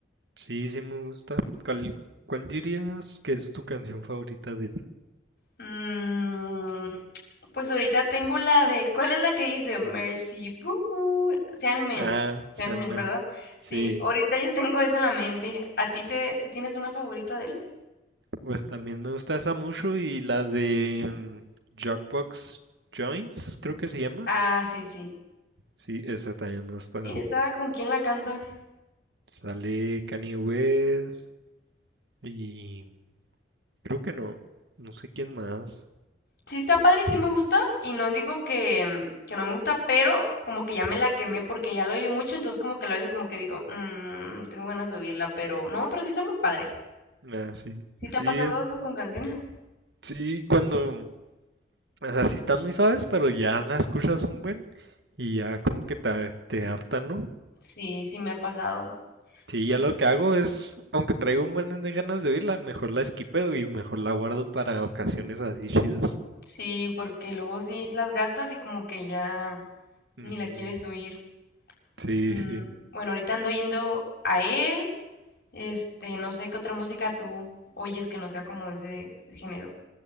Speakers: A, on the right; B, on the left.
A: sí, sí me gusta. ¿Cuál, cuál dirías que es tu canción favorita de él?
B: Mm, pues ahorita tengo la de, ¿cuál es la que dice? Mercy Boo, Sandman,
A: Ah,
B: Sandman,
A: Sandman.
B: ¿verdad?
A: Sí.
B: Sí, ahorita yo tengo esa en la mente. ¿A ti te, ti tienes una favorita de él?
A: Pues también me gusta esa mucho y la de mm, Jackbox Joints, creo que se llama.
B: Ah, sí, sí.
A: Sí, esa también me gusta.
B: ¿Esa con quién la canta?
A: Sale Kanye West y creo que no, no sé quién más.
B: Sí, está padre y sí me gusta. Y no digo que, mm, que no me gusta, pero como que ya me la quemé porque ya la oí mucho. Entonces, como que la oigo, y como que digo, "Mm, tengo ganas de oírla, pero no, pero sí está muy padre.
A: Ah, sí,
B: ¿Sí te
A: sí,
B: ha pasado
A: es-
B: eso con canciones?
A: sí, cuando, o sea, sí están muy suaves, pero ya la escuchas un buen y ya como que te, te harta, ¿no?
B: Sí, sí me ha pasado.
A: Sí,
B: Pues
A: ya lo que hago es, aunque traigo un buen de ganas de oírla, mejor la esquipeo y mejor la guardo para ocasiones así chidas.
B: Sí, porque luego sí las gastas y como que ya ni
A: Ujú.
B: la quieres oír.
A: Sí,
B: Mm,
A: sí.
B: bueno, ahorita ando yendo a él. Este, no sé qué otra música tú oyes que no sea como de ese género.